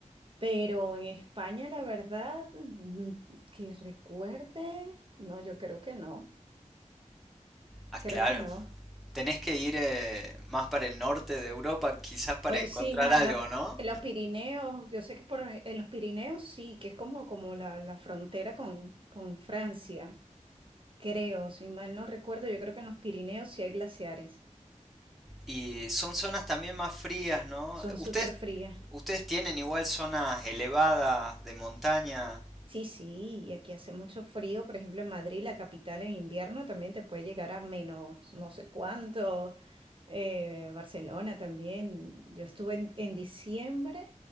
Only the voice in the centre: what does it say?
Ah,
claro.
tenés que ir eh, más para el norte de Europa, quizás para
encontrar
algo,
¿no?
Y son zonas también más frías, ¿no?
Ustedes,
ustedes tienen igual zonas elevadas de montaña,